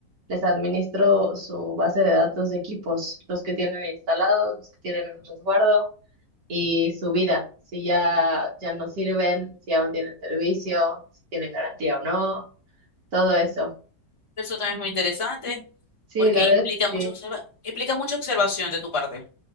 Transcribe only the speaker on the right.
Les administro su base de datos de equipos, los que tienen instalados, los que tienen en resguardo y su vida, si ya, ya no sirven, si aún tienen servicio, si tienen garantía o no, todo eso.
Sí,
la
verdad,
sí,